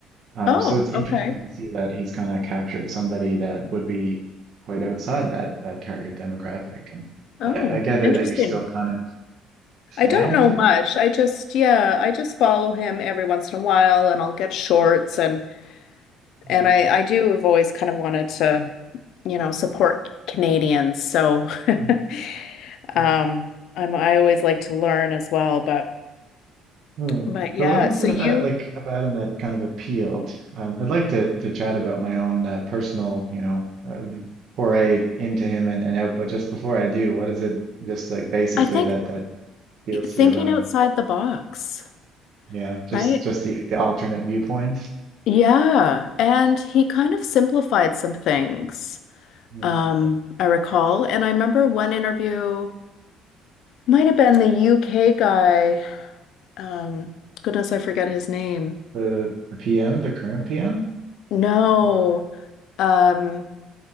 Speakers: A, on the right (about 55°); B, on the left (about 70°).
A: Um,
B: Oh,
A: so it's interesting
B: okay.
A: to see that he's kind of captured somebody that would be quite outside that that target demographic. And
B: Oh,
A: I, I gather
B: interesting.
A: that you're still kind of a fan
B: I don't
A: of
B: know
A: him.
B: much. I just, yeah, I just follow him every once in a while and I'll get shorts and And
A: Yeah.
B: I, I do have always kind of wanted to, you know, support Canadians. So
A: Mm,
B: <laughs>
A: right.
B: um, I'm I always like to learn as well. But
A: Hmm.
B: but yeah,
A: But what is
B: so
A: it
B: you
A: about like about him that kind of appealed? Um, I'd like to to chat about my own uh, personal, you know, uh, foray into him and, and out. But just before I do, what is it just like basically
B: I think
A: that that appeals
B: thinking
A: to you about him?
B: outside the box,
A: Yeah, just
B: right?
A: just the the alternate viewpoint,
B: Yeah. And he kind of simplified some things,
A: Mm.
B: um, I recall. And I remember one interview might have been the UK guy. Um, goodness, I forget his name.
A: the the PM, the current PM,
B: No.
A: or
B: Um,